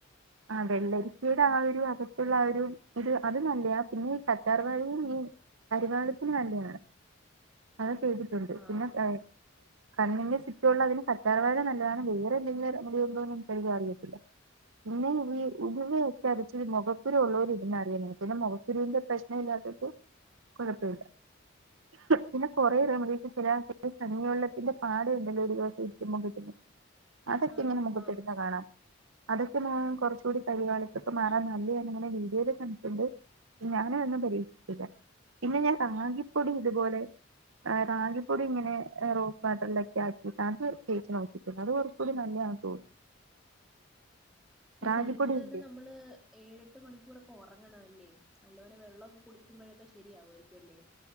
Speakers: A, on the right; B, in the centre.
A: ആ വെള്ളരിക്കയുടെ ആ ഒരു അകത്തുള്ള ആ ഒരു ഇത് അത് നല്ലയാ പിന്നെ ഈ കറ്റാർവാഴയും ഈ കരിവാളിപ്പിന് നല്ലയാണ് അത് ചെയ്തിട്ടുണ്ട്
B: ആഹ്
A: പിന്നെ ഏഹ് കണ്ണിന്റെ ചുറ്റുള്ളതിന് കറ്റാർവാഴ നല്ലതാണ് വേറെ എന്തെങ്കിലും റമഡി ഉണ്ടോന്ന് എനിക്കധികം അറിയത്തില്ല പിന്നെ ഈ ഉലുവ ഒക്കെ അരച്ച് മുഖക്കുരു ഉള്ളവര് ഇടുന്നത് അറിയ പിന്നെ മുഖക്കുരുവിന്റെ പ്രശ്ന ഇല്ലാത്തവർക്ക് കുഴപ്പമില്ല പിന്നെ കുറേ റെമഡീസ് ചില കഞ്ഞി വെള്ളത്തിന്റെ പാട ഉണ്ടല്ലോ ഒരു <unintelligible> <unintelligible> അതൊക്കെ
B: ആഹ്
A: ഇങ്ങനെ മഖത്തു
B: ആഹ്
A: ഇടുന്നെ കാണാം പിന്നെ കുറച്ച് കൂടി കരിവാളിപ്പൊക്കെ മാറാൻ നല്ലയാന്ന് ഇങ്ങനെ വീഡിയോൽ കണ്ടിട്ടുണ്ട് ഞാനതൊന്നും പരീക്ഷിച്ചില്ല പിന്നെ ഞാൻ റാഗിപ്പൊടി ഇതുപോലെ റഗി പൊടി ഇങ്ങനെ റോസ് വാട്ടറിലൊക്കെ ആക്കിയിട്ട് അത് തേച്ച് നോക്കിട്ടുണ്ട് അത് കുഴ പൊടി നല്ലതാണ് തോന്നുന്നു
B: പിന്നെ
A: റാഗിപ്പൊടിയില്ലേ
B: അതുപോലെ തന്നെ നമ്മള് ഏഴെട്ട് മണിക്കൂർ ഒക്കെ ഉറങ്ങണം അല്ലേ നല്ല പോലെ വെള്ളമൊക്കെ കുടിക്കുമ്പോഴൊക്കെ ശരിയാവു ആയിരിക്കും അല്ലേ